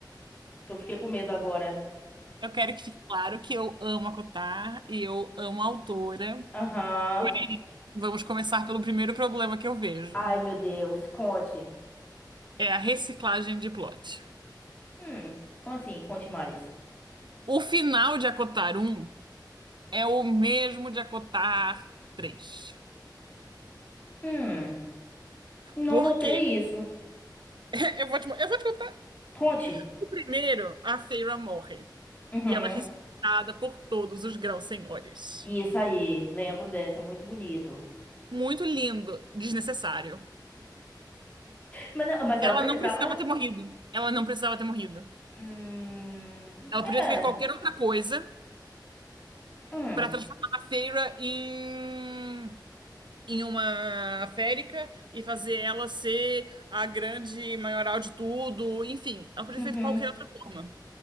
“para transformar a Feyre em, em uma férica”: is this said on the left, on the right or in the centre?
Right